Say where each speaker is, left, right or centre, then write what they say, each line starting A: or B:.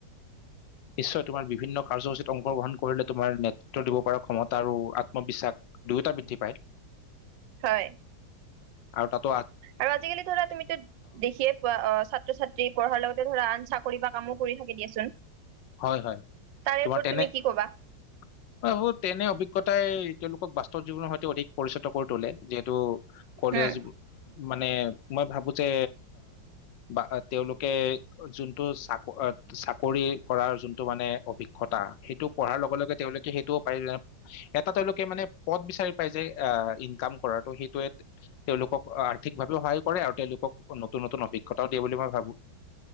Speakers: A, on the left; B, on the right.
A: নিশ্চয় তোমাৰ বিভিন্ন কাৰ্যসূচীত অংশগ্ৰহণ কৰিলে তোমাৰ নেতৃত্ব দিব পৰা ক্ষমতা আৰু আত্ম-বিশ্বাস দুয়োটা বৃদ্ধি পাই।
B: হয়',
A: আৰু তাত,
B: আৰু আজিকালি ধৰা তুমিতো দেখিয়ে পোৱা ছাত্ৰ-ছাত্ৰী পঢ়াৰ লগতে ধৰা, আন চাকৰি বা কামো কৰি থাকে দিয়াচোন।
A: হয়', -হয়',
B: তাৰে
A: তোমাৰ
B: ওপৰত
A: তেনে-তেনে
B: তুমি কি কবা
A: অভিজ্ঞ, তাই তেওঁলোকক বাস্তৱ জীৱনৰ সৈতে অধিক পৰিচিত কৰি তোলে। যিহেতু কলেজ
B: উম
A: মানে মই ভাবো যে বা তেওঁলোকে যোনটো চাক চাকৰি কৰাৰ যোনটো মানে অভিজ্ঞতা সেইটো পঢ়াৰ লগে লগে তেওঁলোকে সেইটোও প এটা তেওঁলোকে মানে পদ বিচাৰি পাই যে আহ ইনকাম কৰাটো সেইটোৱে তেওঁলোকক আৰ্থিকভাৱেও সহায় কৰে আৰু তেওঁলোকক নতুন নতুন অভিজ্ঞতাও দিয়ে বুলি মই ভাবো